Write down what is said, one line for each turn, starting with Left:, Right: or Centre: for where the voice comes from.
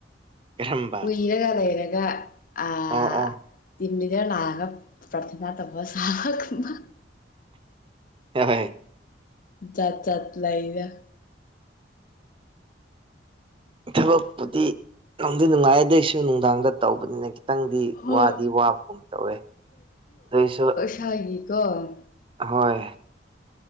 Right: ꯀꯔꯝꯕ
Left: ꯎꯏꯔꯒ ꯂꯩꯔꯒ ꯑꯥ
Right: ꯑꯣ ꯑꯣ
Left: ꯇꯤꯝꯂꯤꯗꯔ ꯂꯥꯛꯑꯒ ꯄ꯭ꯔꯊꯅ ꯇꯧꯕ ꯁꯥꯕꯒꯨꯝꯕ
Right: ꯍꯤ ꯍꯣꯏ
Left: ꯖꯥꯠ ꯖꯥꯠ ꯂꯩꯗ
Right: ꯊꯕꯛꯄꯨꯗꯤ ꯅꯨꯡꯗꯤ ꯅꯨꯡꯉꯥꯏ ꯑꯗꯨꯏꯁꯨ ꯅꯨꯡꯗꯥꯡꯗ ꯇꯧꯕꯅꯤꯅ ꯈꯤꯇꯪꯗꯤ
Left: ꯍꯣꯏ
Right: ꯋꯥꯗꯤ ꯋꯥꯕꯒꯨꯝ ꯇꯧꯋꯦ ꯑꯗꯨꯏꯁꯨ
Left: ꯊꯥꯒꯤꯀꯣ
Right: ꯍꯣꯏ